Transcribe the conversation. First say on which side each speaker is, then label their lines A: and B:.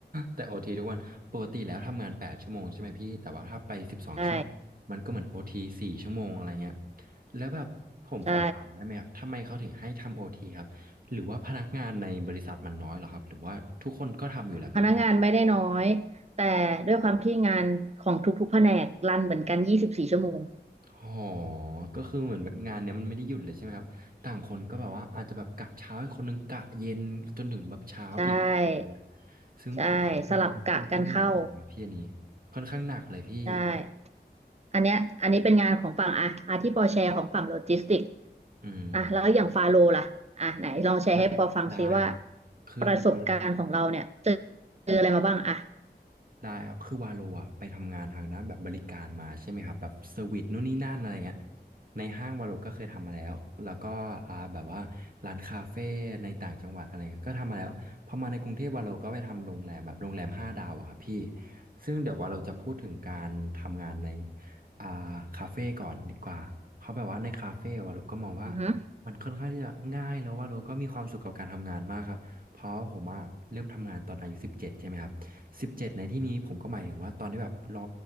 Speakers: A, on the right; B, on the right.
A: แต่โอทีทุกวันปกติแล้วทำงานแปดชั่วโมงใช่ไหมพี่แต่ว่าถ้าไปสิบสองชั่วโมงมันก็เหมือนโอทีสี่ชั่วโมงอะไรเงี้ย
B: ใช่
A: แล้วแบบผมขอถามได้ไหมครับทำไมเขาถึงให้ทำโอทีครับหรือว่าพนักงานในบริษัทมันน้อยเหรอครับหรือว่าทุกคนก็ทำอยู่แล้วเป็นปกติ
B: ใช่พนักงานไม่ได้น้อยแต่ด้วยความที่งานของทุกๆแผนกรันเหมือนกันยี่สิบสี่ชั่วโมง
A: อ๋อก็คือเหมือนแบบงานเนี้ยมันไม่ได้หยุดเลยใช่ไหมครับต่างคนก็แบบว่าอาจจะแบบกะเช้าอีกคนหนึ่งกะเย็นจนถึงแบบเช้าอีกอะไรเงี้ย
B: ใช่
A: ซึ่งผมมองว่าค่อนข้างหนักเลยนะพี่อันนี้
B: ใช่สลับกะกันเข้า
A: ค่อนข้างหนักเลยพี่
B: ใช่อันเนี้ยอันนี้เป็นงานของฝั่งอ่ะอาที่ปอแชร์ของฝั่งโลจิสติก
A: อืม
B: อ่ะแล้วอย่างฟาโลล่ะอ่ะไหนลองแชร์ให้ปอฟังซิว่า
A: ว่าได้ครับคือวัน
B: ประสบการณ์ของเราเนี่ยเจอเจออะไรมาบ้างอ่ะ
A: ได้ครับคือวาโลอะไปทำงานทางด้านแบบบริการมาใช่ไหมครับแบบเซอร์วิสนู่นนี่นั่นอะไรเงี้ยในห้างวาโลก็เคยทำมาแล้วแล้วก็อ่าแบบว่าร้านคาเฟ่ในต่างจังหวัดอะไรเงี้ยก็ทำมาแล้วพอมาในกรุงเทพวาโลก็ไปทำโรงแรมแบบโรงแรมห้าดาวอะครับพี่ซึ่งเดี๋ยววาโลจะพูดถึงการทำงานในอ่าคาเฟ่ก่อนดีกว่าเพราะแบบว่าในคาเฟ่วาโลก็มองว่า
B: อือหอ
A: มันค่อนข้างที่จะง่ายแล้ววาโลก็มีความสุขกับการทำงานมากครับเพราะผมอะเริ่มทำงานตอนอายุสิบเจ็ดใช่ไหมครับ สิบเจ็ดในที่นี้ผมก็หมายถึงว่าตอนที่แบบรอ